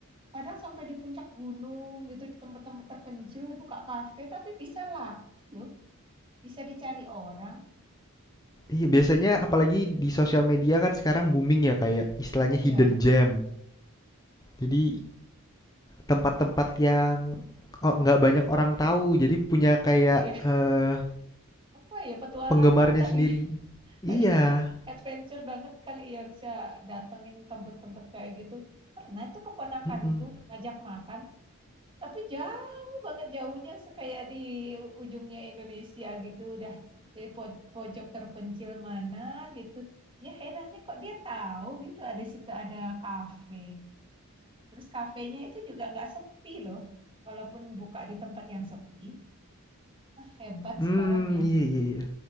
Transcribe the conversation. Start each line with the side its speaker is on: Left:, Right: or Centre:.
Right: Kadang sampai di puncak gunung gitu, di tempat-tempat terpencil dibuka kafe, tapi bisa laku loh. bisa dicari orang.
Left: Iya, biasanya apalagi di sosial media kan sekarang booming ya kayak istilahnya
Right: Iya,
Left: hidden gem. Jadi tempat-tempat yang oh, nggak banyak orang tahu, jadi punya kayak
Right: iya.
Left: eh,
Right: Apa ya petualangan
Left: penggemarnya
Right: kali
Left: sendiri.
Right: ya. <laughs>
Left: Iya.
Right: Kayak adventure banget kali ya bisa datengin tempat-tempat kayak gitu. Pernah itu keponakanku
Left: Mm-mm.
Right: ngajak makan, tapi jauh banget jauhnya se- kayak di ujungnya Indonesia gitu udah di po- pojok terpencil mana gitu. Ya herannya kok dia tahu gitu ada situ ada kafe. Terus kafenya itu juga nggak sepi loh, walaupun buka di tempat yang sepi. Ah, hebat
Left: Hmm,
Right: sekarang ya,
Left: iya iya iya.